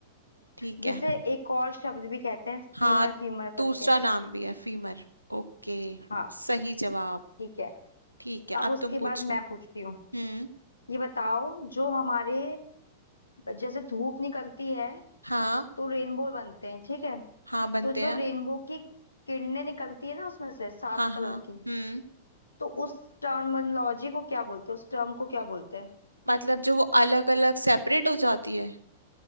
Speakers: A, on the right (about 90°); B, on the left (about 80°).
A: ठीक
B: जिसे
A: है
B: एक और शब्द भी कहते हैं
A: हाँ
B: फीमर फीमर
A: दूसरा
B: करके
A: नाम भी है फीमर ओके
B: हाँ
A: सही जवाब
B: ठीक है
A: ठीक है
B: अब
A: अब
B: उसके
A: तुम पूछो
B: बाद मैं पूछती हूँ
A: हम्म
B: ये बताओ जो हमारे जैसे धूप निकलती है
A: हाँ
B: तो रेनबो बनते हैं ठीक है
A: हाँ बनते
B: तो जो
A: हैं
B: रेनबो की किरणें निकलती है ना उसमें से सात
A: हाँ
B: कलर
A: हाँ
B: की
A: हम्म
B: तो उस टर्मिनोलॉजी को क्या बोलते हैं उस टर्म को क्या बोलते हैं
A: मतलब जो वो अलग अलग सेपरेट हो जाती है